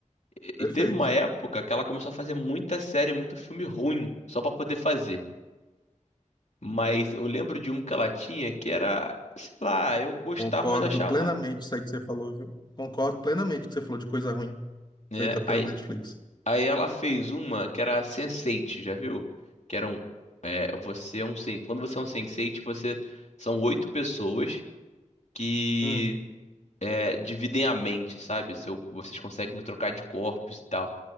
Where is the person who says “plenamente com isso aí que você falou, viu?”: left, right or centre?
Left